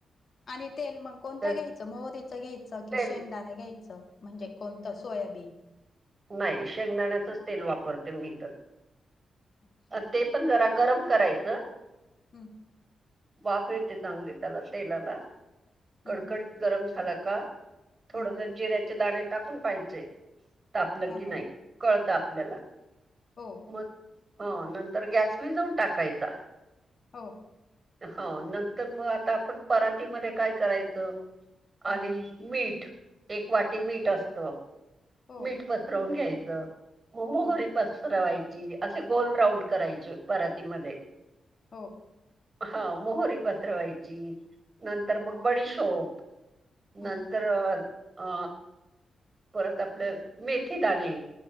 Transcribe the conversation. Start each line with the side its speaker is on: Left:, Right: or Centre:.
Left: आणि तेल मगं कोणतं
Right: तर
Left: घ्यायचं मोहरीचं घ्यायचं कि
Right: तेल
Left: शेंगदाणे घ्यायचं. म्हणजे कोणतं सोयाबीन.
Right: नाहीं शेंगदाण्याचचं तेल वापरते मीं तरं
Left: अच्छा
Right: ते. पणं जरां गरमं करायचं.
Left: हम्मं.
Right: वांफ येते चांगली त्यांला तेलालां कडकडीत
Left: हम्म हम्म
Right: गरमं झालां कां. थोडंसं
Left: हम्म
Right: जिऱ्याचे दांणे टाकूंन पाहांयचे तापलं
Left: हा
Right: की
Left: हा
Right: नाहीं. कळतं आपल्याला
Left: हो
Right: मग हख नंतर गॅस विझवू टाकायचा.
Left: हो.
Right: हो नंतर मग आता आपण परातीमध्ये काय करायचं
Left: हां
Right: आधी? मीठ एक वाटी मीठ असतं
Left: हो
Right: मीठ पसरवून घ्यायचं. मोहरी
Left: हां
Right: पसरवायची असे गोल राऊंड करायचे परातीमध्ये.
Left: हो.
Right: हा मोहरी पसरवायची नंतर
Left: हम्म
Right: मग बडीशोप.
Left: हम्म
Right: नंतर अ परत आपलं मेथीदाणे